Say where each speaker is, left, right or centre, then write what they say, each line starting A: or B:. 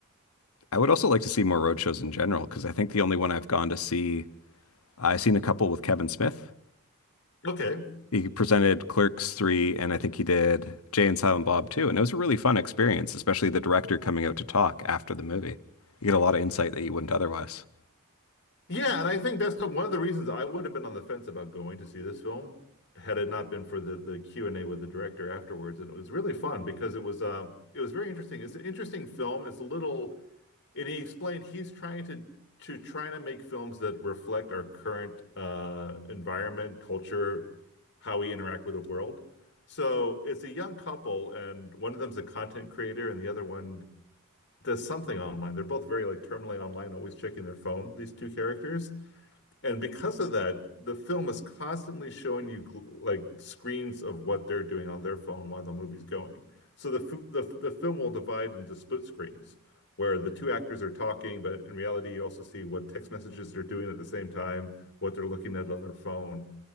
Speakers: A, on the left (about 75°); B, on the left (about 55°).
A: I would also like to see more road shows in general because I think the only one I've gone to see I've seen a couple with Kevin Smith.
B: Okay,
A: He presented Clerks 3, and I think he did Jay and Silent Bob too. And it was a really fun experience, especially the director coming out to talk after the movie. You get a lot of insight that you wouldn't otherwise.
B: Yeah, and I think that's the, one of the reasons I would have been on the fence about going to see this film had it not been for the the Q&A with the director afterwards. And it was really fun because it was um it was very interesting. It's an interesting film. It's a little and he explained he's trying to to trying to make films that reflect our current uh environment, culture, how we interact with the world. So it's a young couple and one of them's a content creator and the other one does something online. They're both very like terminally online, always checking their phone, these two characters. And because of that, the film is constantly showing you gl- like screens of what they're doing on their phone while the movie's going. So the f- the the film will divide into split screens where the two actors are talking, but in reality, you also see what text messages they're doing at the same time, what they're looking at on their phone.